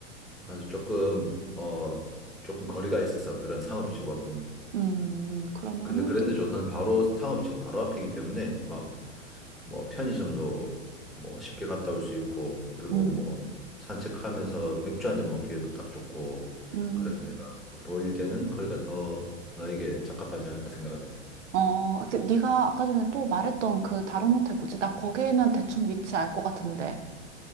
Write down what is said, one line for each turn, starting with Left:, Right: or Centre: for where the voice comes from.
Centre: 맞아, 조금 어 조금 거리가 있어 그런 상업지구하고는.
Right: 음, 그러면은,
Centre: 근데 그랜드
Right: 니-
Centre: 조선은 바로 상업지구 바로 앞이기 때문에 막 뭐 편의점도 뭐 쉽게 갔다 올 수 있고 그리고
Right: 음,
Centre: 뭐 산책하면서 맥주 한잔 먹기에도 딱 좋고
Right: 음,
Centre: 그래서 내가 보일 때는 거기가 더 너에게 적합하지 않을까 생각을 해.
Right: 어, 그 네가 아까 전에 또 말했던 그 다른 호텔 뭐지? 나 거기는 대충 위치 알 것 같은데.